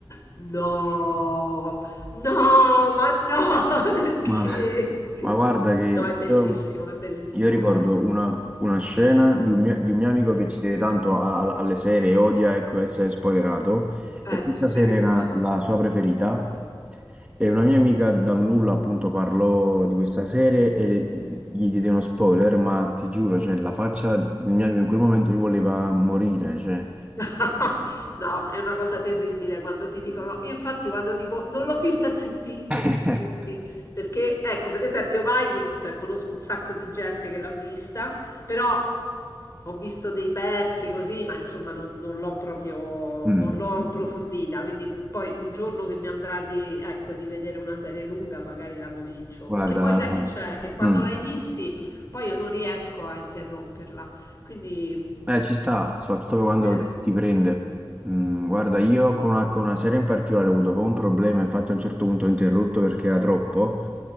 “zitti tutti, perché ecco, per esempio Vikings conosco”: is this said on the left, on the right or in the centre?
Left